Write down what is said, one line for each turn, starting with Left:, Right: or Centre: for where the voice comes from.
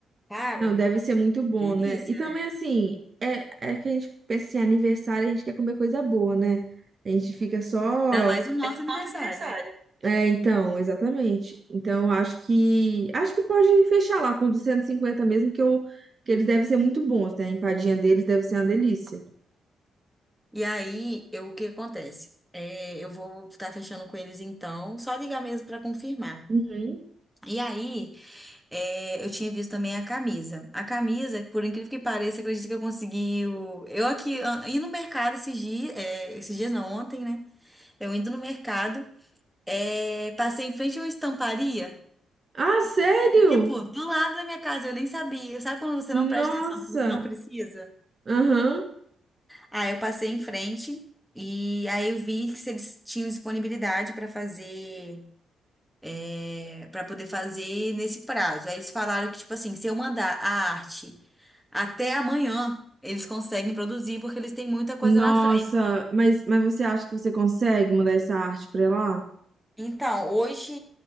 Centre: cara,
Right: Não, deve ser muito bom,
Centre: Sim.
Right: né?
Centre: delícia,
Right: E também,
Centre: né?
Right: assim, é, é que a gente pensa assim, aniversário, a gente quer comer coisa boa, né? A gente fica só.
Centre: Ainda mais o nosso aniversário.
Right: Nosso aniversário. É, então, exatamente. Então, acho que. Acho que pode fechar lá com 250, mesmo, que, eu, que eles devem ser muito bons, né? A empadinha deles deve ser uma delícia.
Centre: E aí, eu, o que acontece? É, eu vou estar fechando com eles então, só ligar mesmo para confirmar.
Right: Uhum.
Centre: E aí, é, eu tinha visto também a camisa. A camisa, por incrível que pareça, acredito que eu consegui. o- Eu aqui, ah, indo no mercado esses dias, é, esses dias não, ontem, né? Eu indo no mercado, é, passei em frente a uma estamparia,
Right: Ah, sério?
Centre: tipo, do lado da minha casa, eu nem sabia. Sabe quando você não presta
Right: Nossa!
Centre: atenção porque você não precisa?
Right: Aham.
Centre: Aí eu passei em frente e aí eu vi que se eles tinham disponibilidade para fazer, é, para poder fazer nesse prazo. Aí eles falaram que, tipo assim, se eu mandar a arte até amanhã, eles conseguem produzir porque eles têm muita coisa
Right: Nossa,
Centre: na frente.
Right: mas, mas você acha que você consegue mandar essa arte pra lá?
Centre: Então, hoje,